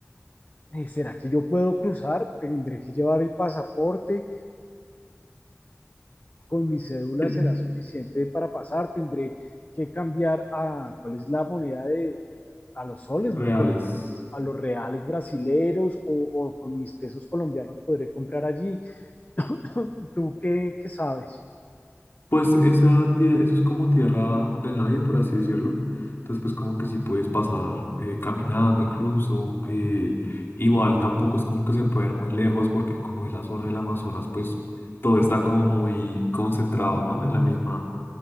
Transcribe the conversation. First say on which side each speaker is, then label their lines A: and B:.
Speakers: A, on the left; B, on the left.
A: Eh, ¿será que yo puedo cruzar? ¿Tendré que llevar el pasaporte? con mi cédula
B: <laughs>
A: será suficiente para pasar, tendré que cambiar a, ¿cuál es la moneda de, a los soles,
B: Reales.
A: eh, a los reales brasileros o, o con mis pesos colombianos podré comprar allí? <coughs> <laughs> ¿Tú qué, qué sabes?
B: Pues esa, tie- eso es como tierra de nadie, por así decirlo. Entonces, pues como que si puedes pasar eh, caminando incluso. eh, igual tampoco es como que se puede ir muy lejos porque como es la zona del Amazonas, pues todo está como muy concentrado, ¿no? En la misma,